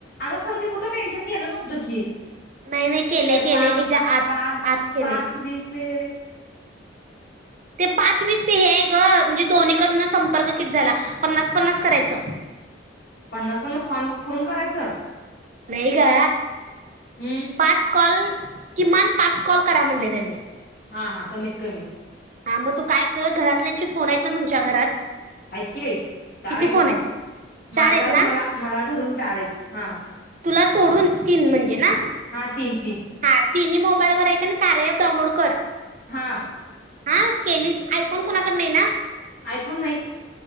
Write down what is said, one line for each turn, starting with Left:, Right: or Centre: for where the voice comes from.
Left: अगं खरं ते कुठं मेनशन केलं नव्हतं की
Right: नाही नाही केले
Left: त्या
Right: केले
Left: पाच
Right: हेच्या आत
Left: पाच
Right: आत केले
Left: पाच वीस वगैरे
Right: ते पाच वीस ते हेय ग म्हणजे दोन्ही कडन संपर्क किती झाला पन्नास पन्नास करायचं.
Left: पन्नास पन्नास फोन फोन करायचं
Right: नाही ग
Left: हम्म
Right: पाच कॉल किमान पाच कॉल करा म्हणले त्यांनी
Left: हा हा कमीत कमी
Right: हा मग तू काय कर घरातल्यांशी फोन आहेत ना तुमच्या घरात
Left: आहेत कि बाई चार
Right: किती
Left: आहेत
Right: फोन चार
Left: माझाच
Right: आहेत ना
Left: मला मला धरून चार आहेत हा
Right: तुला सोडून तीन म्हणजे ना
Left: हा तीन तीन
Right: हा तिन्ही मोबाईलवर आहे आणि कारऐप डाउनलोड कर
Left: हा
Right: हा केलीस आयफोन कोुणाकड नाही ना
Left: आयफोन नाही